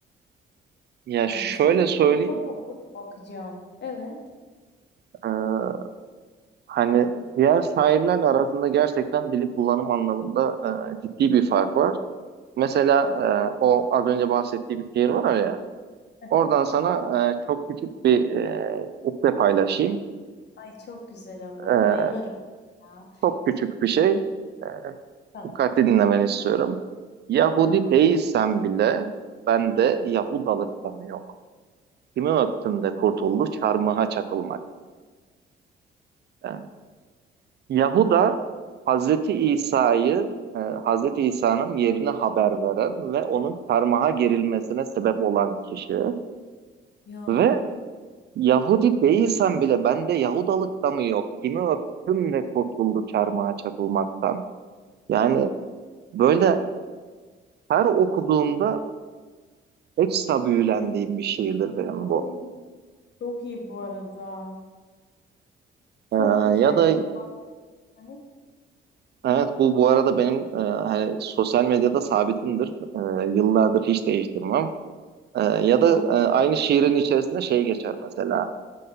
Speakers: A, on the right; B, on the left.
A: Ya
B: ya
A: şöyle
B: hiç duymadım.
A: söyleyeyim.
B: Mutlaka burada bakacağım. Evet.
A: e, hani diğer şairlerle arasında gerçekten dili kullanım anlamında e, ciddi bir fark var. Mesela
B: Biliyorsun.
A: e, o az önce bahsettiğim şiir var ya.
B: Aha.
A: Oradan sana e, çok küçük bir e, ukde paylaşayım.
B: Ay çok güzel olur.
A: E,
B: Bayılırım ya.
A: çok küçük bir şey. E,
B: Tamam.
A: dikkatli dinlemeni istiyorum. Yahudi
B: Tamam.
A: değilsen bile bende Yahudalık da mı yok? Kimi öptüm de kurtuldu çarmıha çakılmak. E, Yahuda Hazreti İsa'yı e, Hazreti İsa'nın yerine haber veren ve onun çarmıha gerilmesine
B: <laughs>
A: sebep olan kişi
B: Ya.
A: ve Yahudi değilsen bile bende Yahudalık da mı yok? Kimi öptüm de kurtuldu çarmıha çakılmaktan. Yani böyle her okuduğumda ekstra büyülendiğim bir şiirdir benim
B: Ay
A: bu.
B: çok iyi bu arada. Çok
A: Ee,
B: güzel
A: ya da
B: ya. Bak hani
A: evet bu bu arada benim e, hani sosyal medyada sabitimdir. Ee, yıllardır hiç değiştirmem. Ee, ya
B: ya.
A: da e, aynı şiirin içerisinde şey geçer mesela.